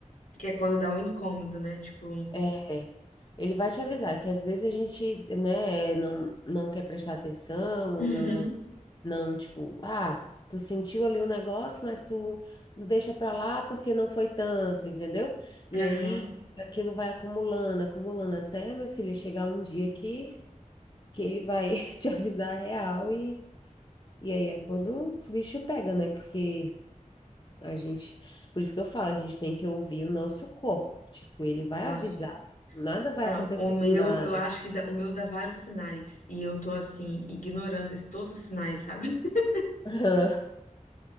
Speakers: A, on the left; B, on the left.
A: que é quando dá um incômodo, né? Tipo,
B: É. Ele vai te avisar que às vezes a gente, né, não, não quer prestar atenção ou
A: uhum,
B: não Não, tipo, ah, tu sentiu ali o negócio, mas tu deixa pra lá porque não foi tanto, entendeu? E
A: aham,
B: aí aquilo vai acumulando, acumulando até, minha filha, chegar um dia que, que ele vai <laughs> te avisar a real e, e aí é quando o bicho pega, né? Porque a gente, por isso que eu falo, a gente tem que ouvir o nosso corpo. Tipo, ele vai
A: nossa.
B: avisar, nada vai
A: Não,
B: acontecer
A: o meu,
B: do nada.
A: eu acho que dá- o meu dá vários sinais e eu tô assim ignorando esse- todos os sinais, sabe? <laughs>
B: <laughs>